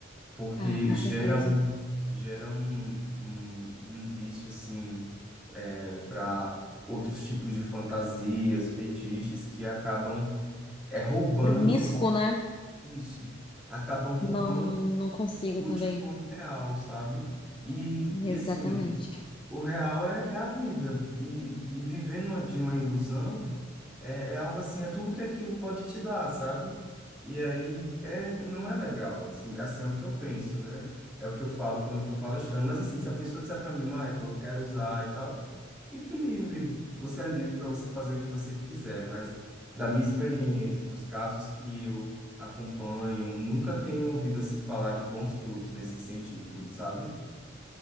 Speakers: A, in the centre; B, on the left.
A: porque
B: Ah, com
A: gera
B: certeza.
A: um, gera um, um, um vício assim para outros tipos de fantasias, feitiços que acabam é, roubando
B: Promíscuo, né?
A: isso, acabam roubando
B: Não, não consigo
A: o
B: também.
A: lute como real, sabe? E,
B: Exatamente.
A: e assim, o real é, é a vida. E, e e viver numa- de uma ilusão é, é algo assim, é tudo que aquilo pode te dar, sabe? E aí é, não é legal. Assim, assim é o que eu penso, né? É o que eu falo quando eu tô palestrando. Mas assim, se a pessoa disser para mim, Michael, eu quero usar e tal, fique livre. Você é livre para você fazer o que você quiser. Mas da minha experiência, dos casos que eu acompanho, nunca tenho ouvido assim falar de bons frutos nesse sentido, sabe?